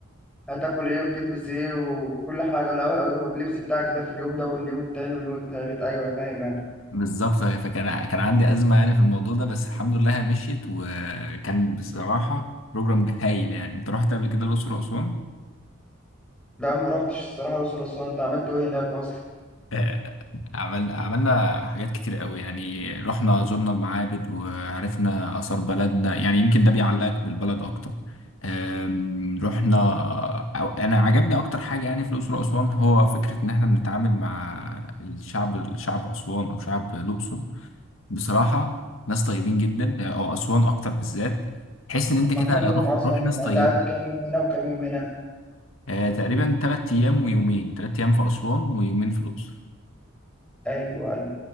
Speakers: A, in the centre; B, on the left (about 80°).
A: هتاكل ايه وتلبس ايه وكل حاجة لا واللبس بتاعك ده في اليوم ده واليوم التاني واليوم التالت أيوة فاهم أنا
B: بالظبط فكان كان عندي أزمة يعني في الموضوع ده بس الحمد لله هي مشيت وكان بصراحة بروجرام هايل يعني أنت رحت قبل كده الأقصر وأسوان؟
A: لا ما روحتش الصراحة الأقصر وأسوان أنت عملت ايه هناك أصلا؟
B: آه، عمل عملنا حاجات كتير قوي يعني رحنا زرنا المعابد وعرفنا آثار بلدنا يعني يمكن ده بيعلقك بالبلد أكتر آم، رحنا أو أنا عجبني أكتر حاجة يعني في الأقصر وأسوان هو فكرة إن إحنا بنتعامل مع الشعب الشعب أسوان أو شعب الأقصر بصراحة ناس طيبين جدا أو أسوان أكتر بالذات تحس إن أنت
A: أما
B: كده
A: كام يوم
B: روح
A: أصلا
B: روح ناس
A: يعني
B: طيبة
A: أنت قعدت كام يوم هنا وكام يوم هنا؟
B: آه، تقريبا تلات أيام ويومين تلات أيام في أسوان ويومين في الأقصر
A: أيوة أيوة